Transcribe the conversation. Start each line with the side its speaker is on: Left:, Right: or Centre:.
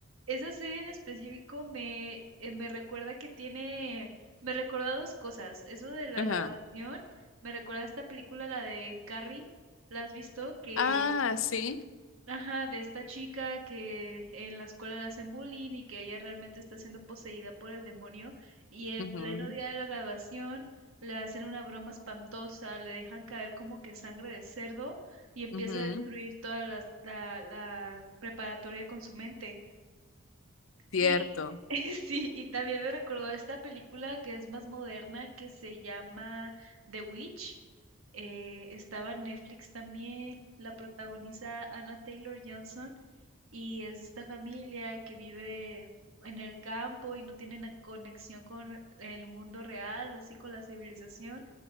Right: esa serie en específico me, eh, me recuerda que tiene, me recuerda dos cosas, eso de la
Left: Ajá.
Right: graduación, me recuerda a esta película, la de Carrie, ¿la has visto? Que
Left: Ah, sí.
Right: Ajá, de esta chica que en la escuela le hacen bullying y que ella realmente está siendo poseída por el demonio y en
Left: Ujú,
Right: pleno día de la graduación le hacen una broma espantosa, le dejan caer como que sangre de cerdo y empieza
Left: ujú.
Right: a destruir toda la, la, la preparatoria con su mente.
Left: Cierto.
Right: Y <laughs> sí, y también me recordó a esta película que es más moderna que se llama The Witch. Eh, estaba en Netflix también, la protagoniza Anna Taylor-Johnson y es esta familia que vive en el campo y no tiene na- conexión con el mundo real, así con la civilización.